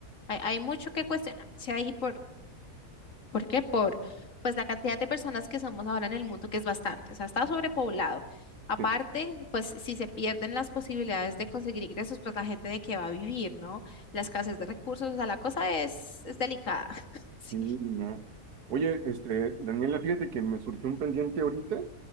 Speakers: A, on the left; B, on the right.
A: Hay, hay mucho que cuestionarse ahí por ¿Por qué? Por pues la cantidad de personas que somos ahora en el mundo, que es bastante, o sea, está sobrepoblado. Aparte,
B: sí,
A: pues si se pierden las posibilidades de conseguir ingresos, pues la gente de qué va a vivir, ¿no? La escasez de recursos, o sea, la cosa es, es delicada. <laughs> Sí.
B: no. Oye, este, Daniela, fíjate que me surgió un pendiente ahorita.